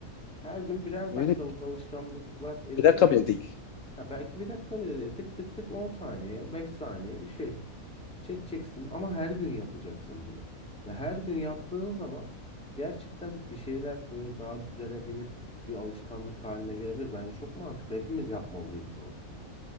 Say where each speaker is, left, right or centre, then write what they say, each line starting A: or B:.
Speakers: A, in the centre; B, on the left.
A: Her gün birer
B: Öyle
A: dakikalık
B: bir,
A: alışkanlıklar edinerek
B: bir dakika bile değil.
A: ha belki bir dakika bile değil tık tık tık 10 saniye 5 saniye bir şey çekeceksin ama her gün yapacaksın bunu. Ve her gün yaptığın zaman gerçekten bir şeyler böyle daha düzene binip bir alışkanlık haline gelebilir. Bence çok mantıklı hepimiz yapmalıyız bunu.